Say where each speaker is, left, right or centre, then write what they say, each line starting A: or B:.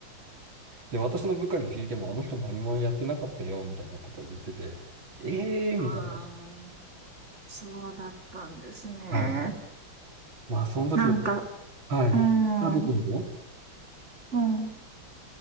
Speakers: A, on the right; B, on the right.
A: で、私の部下に聞いても、あの人何もやってなかったよ、みたいなことを言ってて、ええー、
B: ああ。
A: みたいな。
B: そうだったんですね。
A: はい。まあ、その時は、
B: なんか、
A: はい。
B: うーん、
A: あどうぞどうぞ。
B: うん。